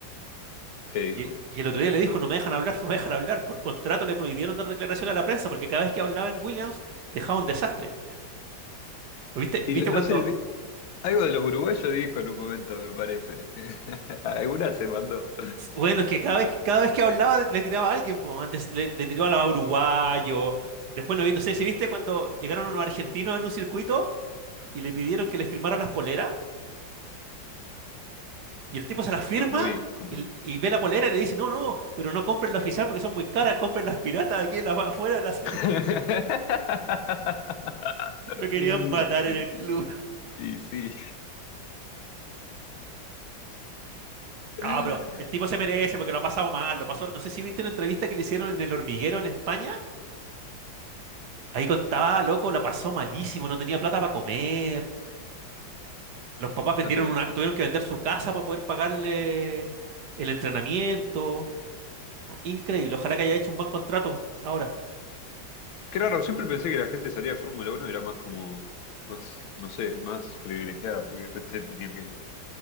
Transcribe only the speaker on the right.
Y, y el otro día le dijo, no me dejan hablar, no me dejan hablar. Por contrato le prohibieron dar declaración a la prensa, porque cada vez que hablaba en Williams dejaba un desastre. ¿Viste,
viste
cuando,
Bueno, es que cada vez, que- cada vez que hablaba le tiraba a alguien, pues, antes le, le tiraba a uruguayo. Después no vi, no sé si viste cuando llegaron unos argentinos en un circuito y le pidieron que les firmaran las poleras y el tipo se las firma
y, y ve la polera y le dice, no, no, pero no compren la oficial porque son muy caras, compren las piratas aquí en la, afuera. Las,
<laughs> lo querían matar
en el
club.
No, pero el tipo se merece porque lo ha pasado mal, lo pasó. No sé si viste una entrevista que le hicieron en El Hormiguero en España. Ahí contaba, loco, la pasó malísimo, no tenía plata para comer. Los papás vendieron
una,
tuvieron que vender su casa para poder pagarle el entrenamiento. ¿no? Increíble. Ojalá que haya hecho un buen contrato ahora.